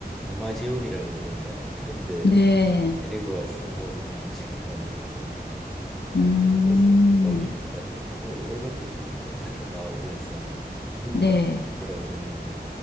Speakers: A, in the centre; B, on the left (about 80°).
A: 염화지옥이라 그러잖아요. 그런데
B: 네,
A: 데리고 와서 뭐를 공부시킨다는 게좀 한에서
B: 음,
A: 뭐 미국 같은 또 월급도 좀 괜찮게 나오고 해서 미국
B: 네,
A: 가 가라 그랬는데